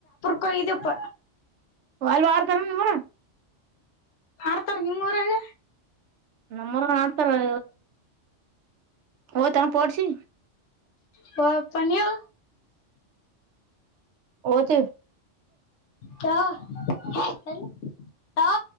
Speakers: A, on the left; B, on the right.
A: ಕೊ ಇದುಪ್ಪ
B: ಒಲ್ ಬಾರತ <unintelligible>
A: ಮಾಡ್ತಾರ ನಿಮ್ಮೂರಾಗ
B: ನಮ್ಮೂರು ಮಾಡ್ತಾರೆ ಹ ತಮ ಪೋಡಿಸಿ
A: ಪ ಪನಿಯಾ
B: ಓದಿವ್
A: ಕ್ಯಾ ಹೇ ಬೈಲಿ ಯಾ